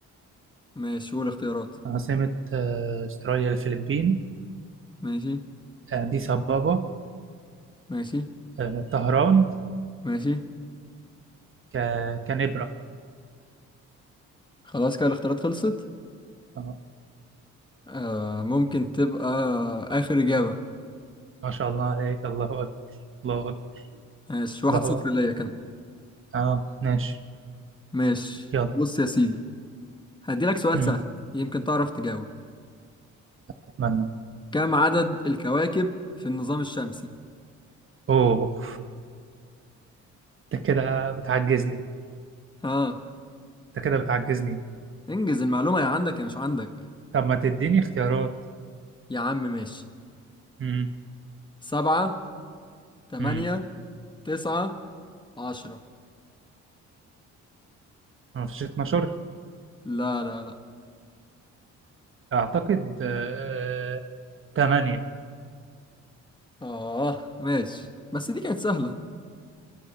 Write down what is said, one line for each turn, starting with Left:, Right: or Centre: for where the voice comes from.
Left: ماشي قول اختيارات
Right: عاصمة آه، استراليا الفلبين
Left: ماشي
Right: آه، اديس ابابا
Left: ماشي
Right: آه، طهران
Left: ماشي
Right: ك... كانبرا
Left: خلاص كده الاختيارات خلصت
Right: اه
Left: آه ممكن تبقى اخر اجابة
Right: ما شاء الله عليك الله اكبر الله اكبر
Left: ماشي واحد
Right: الله
Left: صفر
Right: اكبر
Left: ليا كان
Right: اه ماشي
Left: ماشي
Right: يلا
Left: بص يا سيدي هديلك سؤال
Right: امم
Left: سهل يمكن تعرف تجاوب
Right: اتمنى
Left: كم عدد الكواكب في النظام الشمسي
Right: اوه انت كده بتعجزني
Left: ها
Right: انت كده بتعجزني
Left: انجز المعلومة يا عندك يا مش عندك
Right: طب ما تديني اختيارات
Left: يا عم ماشي
Right: امم
Left: سبعة تمانية
Right: امم
Left: تسعة عشرة
Right: ما فيش 12
Left: لا لا لا
Right: اعتقد آه... 8
Left: آه ماشي بس دي كانت سهلة